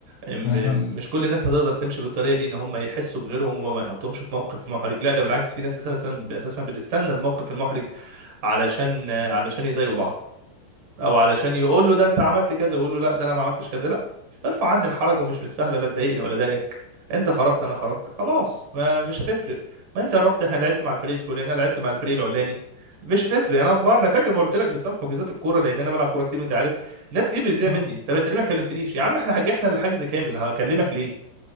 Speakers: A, on the right (about 55°); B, on the left (about 80°).
A: م-
B: انا فاهم
A: مش كل الناس هتقدر تمشي بالطريقه دي ان هم يحسوا بغيرهم وما يحطهمش في موقف محرج لا ده بالعكس في ناس اساسا اساسا بتستنى الموقف المحرج علشان علشان يضايقوا بعض او علشان يقول له ده انت عملت كذا ويقول له لا ده انا ما عملتش كذا لا ارفع عني الحرج ومش مستاهله لا تضايقني ولا ضايقك انت خرجت انا خرجت خلاص ما مش هتفرق ما انت رحت لعبت مع الفريق الفلاني انا لعبت مع الفريق العلاني مش هتفرق انا في مره انا فاكر قلت لك بسبب حجوزات الكوره لان انا بلعب كوره كتير وانت عارف ناس كتير بتضايق
B: آه،
A: مني طب انت ليه ما كلمتنيش يا عم احنا حجحنا الحجز كامل هكلمك ليه